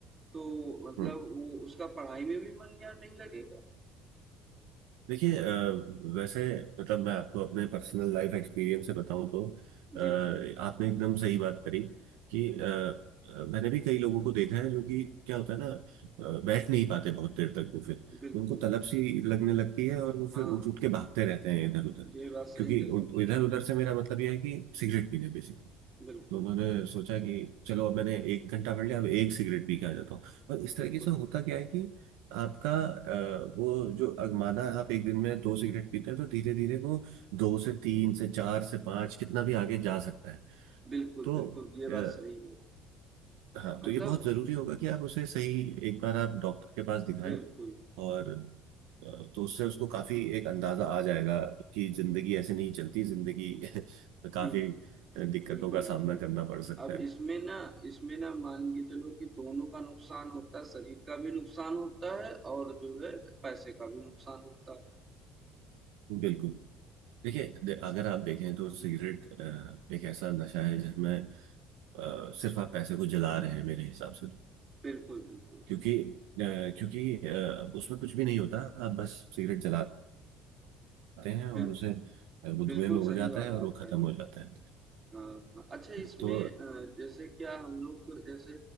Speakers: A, on the right; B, on the right.
A: तो मतलब
B: हम्म।
A: वो उसका पढ़ाई में भी मन यार नहीं लगेगा।
B: देखिए अ, वैसे मतलब मैं आपको अपने पर्सनल लाइफ एक्सपीरियंस से बताऊं तो
A: जी,
B: अ,
A: जी,
B: आपने एकदम सही बात करी कि अ, अ, मैंने भी कई लोगों को देखा है जो कि क्या होता है ना अ, बैठ नहीं पाते बहुत देर तक वो फिर
A: बिल्कुल।
B: उनको तलब सी लगने लगती है और वो
A: हाँ,
B: फिर उठ उठ के भागते रहते हैं इधर उधर
A: ये बात सही
B: क्योंकि
A: कही आपने।
B: इधर उधर से मेरा मतलब यह है कि सिगरेट पीने बेसिकली
A: बिल्कुल,
B: तो मैंने सोचा कि चलो अब मैंने एक घंटा पढ़ लिया अब एक सिगरेट पी के आ जाता हूँ और इस
A: बिल्कुल,
B: तरीके से होता
A: बिल्कुल।
B: क्या है कि आपका अ, वो जो अगमाना आप एक दिन में दो सिगरेट पीते हैं तो धीरे धीरे वो दो से तीन से चार से पांच कितना भी आगे जा सकता है
A: बिल्कुल,
B: तो
A: बिल्कुल, ये
B: अ,
A: बात सही है।
B: हाँ
A: मतलब
B: तो ये बहुत जरूरी होगा कि आप उसे सही एक बार आप डॉक्टर के पास दिखाएं
A: बिल्कुल।
B: और अ, तो उससे उसको काफी एक अंदाजा आ जाएगा कि जिंदगी
A: हुँ,
B: ऐसे नहीं चलती जिंदगी <laughs> में काफी
A: हुँ।
B: अ, दिक्कतों
A: बिल्कुल,
B: का सामना
A: बिल्कुल।
B: करना पड़ सकता
A: अब
B: है
A: इसमें ना इसमें ना मान के चलो कि दोनों का नुकसान होता है, शरीर का भी नुकसान होता है और जो है पैसे का भी नुकसान होता है।
B: बिल्कुल देखिए दे, अगर आप देखें तो सिगरेट अ, एक ऐसा नशा है जिसमें अ, सिर्फ आप पैसे को जला रहे हैं मेरे हिसाब से तो।
A: बिल्कुल, बिल्कुल।
B: क्योंकि अ, क्योंकि अ, उसमें कुछ भी नहीं होता आप बस सिगरेट जलाते हैं और
A: बिल
B: उसे अ, वो धुएं
A: बिल्कुल
B: में उड़
A: सही
B: जाता
A: बात
B: है और
A: आप
B: वो खत्म
A: कह रहे
B: हो
A: हो।
B: जाता है
A: हाँ, अच्छा इसमें
B: तो
A: अ, जैसे क्या हम लोग जैसे